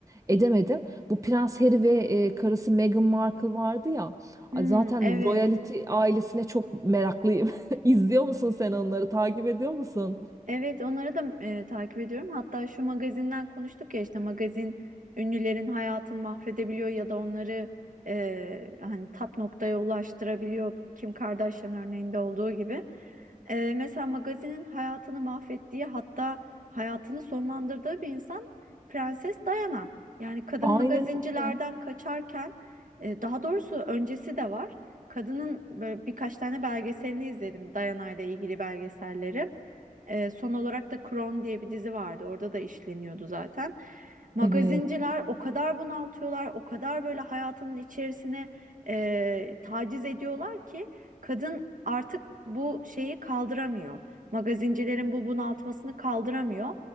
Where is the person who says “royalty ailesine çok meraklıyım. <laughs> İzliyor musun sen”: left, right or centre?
Right